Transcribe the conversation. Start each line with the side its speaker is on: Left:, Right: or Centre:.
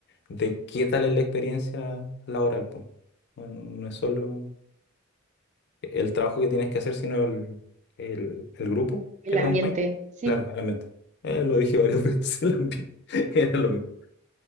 Left: de qué tal es la experiencia laboral, po. No, no no es solo el trabajo que tienes que hacer, sino el, el, el grupo
Right: el
Left: que te
Right: ambiente,
Left: acompaña.
Right: sí,
Left: Claro, el ambiente. Eh, lo dije varias <laughs> veces, el ambiente. Era lo mismo.